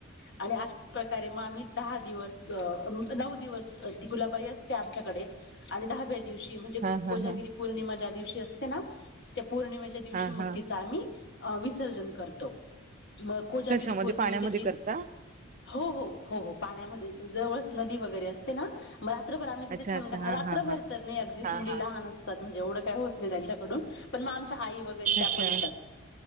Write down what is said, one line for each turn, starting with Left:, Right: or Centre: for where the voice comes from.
Left: आणि अशा प्रकारे मग आम्ही दहा दिवस नऊ दिवस ती गुलाबाई असते आमच्याकडे आणि दहाव्या दिवशी म्हणजे
Right: हा हा
Left: कोजागिरी
Right: हा
Left: पौर्णिमा ज्या दिवशी असते ना त्या पौर्णिमेच्या दिवशी
Right: हा
Left: मग
Right: हा
Left: तिचा आम्ही विसर्जन करतो मग कोजागिरी
Right: कशामध्ये
Left: पौर्णिमेची
Right: पाण्यामध्ये
Left: जी
Right: करता?
Left: हो हो हो हो पाण्यामध्ये जवळ नदी वगैरे असते ना. मग रात्रभर आम्ही तिथे
Right: अच्छा
Left: छान
Right: अच्छा हा
Left: रात्रभर
Right: हा हा
Left: तर नाही अगदीच
Right: हा
Left: मुलीला
Right: हा
Left: लहान असत. म्हणजे एवढं काय होत नाही त्यांच्याड पण मग आमच्या आई. ण
Right: अच्छा
Left: येत